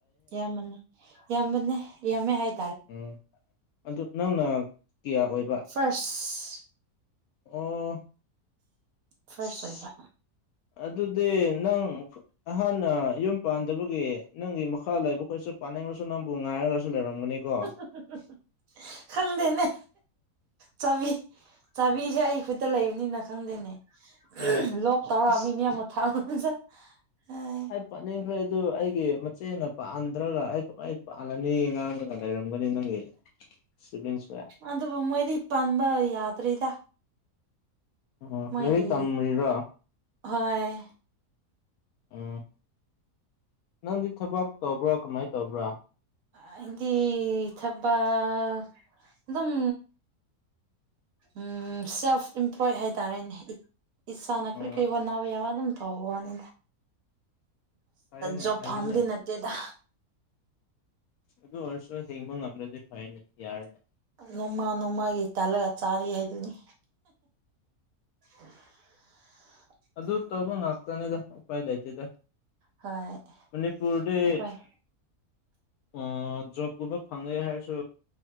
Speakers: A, on the right (about 70°); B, on the left (about 75°).
A: ꯌꯥꯝꯕꯅꯤ ꯌꯥꯝꯕꯅꯦ ꯌꯥꯝꯃ‌ꯦ ꯍꯥꯏ
B: ꯎꯝ ꯑꯗꯨ ꯅꯪꯅ ꯀꯌꯥ ꯑꯣꯏꯕ
A: ꯐꯁ
B: ꯑꯣ
A: ꯐꯥꯔꯁ
B: ꯑꯁ
A: ꯑꯣꯏꯕ
B: ꯑꯗꯨꯗꯤ ꯅꯪ ꯑꯍꯥꯟꯅ ꯌꯨꯝ ꯄꯥꯟꯗꯕꯒꯤ ꯅꯪꯒꯤ ꯃꯈꯥ ꯂꯩꯕ ꯈꯣꯏꯁꯨ ꯄꯥꯟꯅꯤꯡ ꯁꯨ ꯅꯪꯕꯨ ꯉꯥꯏꯔꯒꯁꯨ ꯂꯩꯔꯝꯒꯅꯤ ꯀꯣ
A: <unintelligible> ꯈꯪꯗꯦꯅꯦ ꯆꯥꯕꯤ ꯆꯥꯕꯤꯁꯦ ꯑꯩ ꯈꯨꯠꯇ ꯂꯩꯕꯅꯤꯅ ꯈꯪꯗꯦꯅꯦ <unintelligible>
B: ꯑꯦ ꯑꯁ ꯄꯥꯟꯅꯤꯡꯈ꯭ꯔꯦ ꯑꯗꯨ ꯑꯩꯒꯤ ꯃꯆꯦꯅ ꯄꯥꯟꯗ꯭ꯔꯒ ꯑꯩ ꯀꯃꯥꯏ ꯄꯥꯜꯂꯅꯤ ꯀꯥꯏꯅ ꯂꯩꯔꯝꯒꯅꯤ ꯅꯪꯒꯤ ꯁꯤꯕꯂꯤꯡ ꯃꯌꯥꯝ
A: ꯑꯗꯨꯕꯨ ꯃꯣꯏꯗꯤ ꯄꯥꯟꯕ ꯌꯥꯗ꯭ꯔꯤꯗ
B: ꯑꯣ
A: ꯃꯣꯏꯒꯤ
B: ꯂꯥꯏꯔꯤꯛ ꯇꯝꯔꯤꯔꯣ
A: ꯍꯣꯏ
B: ꯎꯝ ꯅꯪꯗꯤ ꯊꯕꯛ ꯇꯧꯕ꯭ꯔꯣ ꯀꯃꯥꯏ ꯇꯧꯕ꯭ꯔꯥ
A: ꯍꯥꯏꯗꯤ ꯊꯕꯛ ꯑꯗꯨꯝ ꯎꯝ ꯁꯦꯜꯐ ꯏꯝꯄ꯭ꯂꯣꯏ ꯍꯥꯏꯇꯥꯔꯦꯅꯦ ꯏꯁꯥꯅ
B: ꯎꯝ
A: ꯀꯔꯤ ꯀꯔꯤ ꯍꯣꯠꯅꯕ ꯌꯥꯕ ꯑꯗꯨꯝ ꯇꯧꯕꯅꯤꯗ
B: ꯐꯩꯌꯦꯅꯦ
A: ꯖꯣꯕ
B: ꯐꯩꯌꯦꯅꯦ
A: ꯐꯪꯕꯗꯤ ꯅꯠꯇꯦꯗ
B: ꯑꯗꯨ ꯑꯣꯏꯔꯁꯨ ꯍꯤꯡꯕ ꯉꯝꯃꯗꯤ ꯐꯩꯅꯦ ꯌꯥꯔꯦꯅꯦ
A: ꯅꯣꯡꯃꯥ ꯅꯣꯡꯃꯥꯒꯤ ꯇꯜꯂꯒ ꯆꯥꯔꯤ ꯍꯥꯏꯗꯨꯅꯤ <inaudible>
B: ꯑꯗꯨ ꯇꯧꯕ ꯉꯥꯛꯇꯅꯦꯗ ꯎꯄꯥꯏ ꯂꯩꯇ‌ꯦꯗ
A: ꯍꯣꯏ
B: ꯃꯅꯤꯄꯨꯔꯗꯤ
A: ꯑꯩꯈꯣꯏ
B: ꯑꯣ ꯖꯣꯕꯒꯨꯝꯕ ꯐꯪꯉꯦ ꯍꯥꯏꯔꯁꯨ